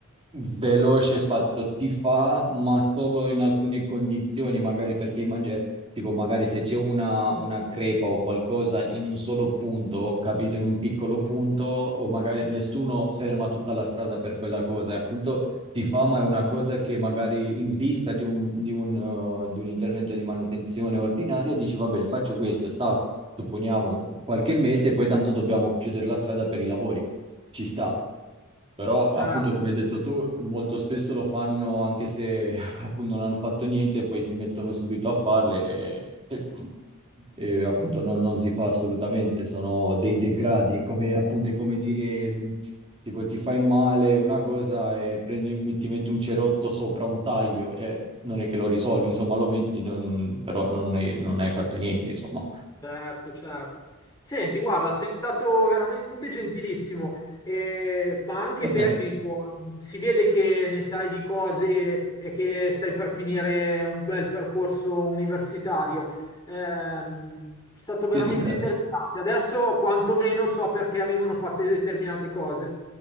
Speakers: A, on the right (about 25°); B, on the left (about 15°).
A: veloce fatto. Si fa, ma solo in alcune condizioni, magari perché immagino tipo magari se c'è una, una crepa o qualcosa in un solo punto, capito, in un piccolo punto, o magari nessuno ferma tutta la strada per quella cosa, e appunto ti fa, ma è una cosa che magari in vista di un, di un, eh, di un intervento di manutenzione ordinaria dici, va bene, faccio questo, sta, supponiamo, qualche mese, e poi tanto dobbiamo chiudere la strada per i lavori, ci sta. Però, appunto,
B: Certo,
A: come hai detto tu, molto spesso lo fanno anche se appunto non hanno fatto niente e poi si mettono subito a farle e, e- e, appunto non, non si fa assolutamente, sono dei degradi, è come, appunto, è come dire mh, tipo ti fai male una cosa e prendi- mi- ti metti un cerotto sopra un taglio, cioè non è che lo risolvi, insomma lo metti, non- però non hai, non hai fatto niente, insomma.
B: certo, certo. Senti, guarda, sei stato veramente gentilissimo, eh, ma anche
A: A
B: tecnico.
A: te,
B: Si vede che ne sai di cose e che stai per finire un bel percorso universitario. Ehm, è stato veramente
A: ti ringrazio,
B: interessante. Adesso quantomeno so perché vengono fatte determinate cose.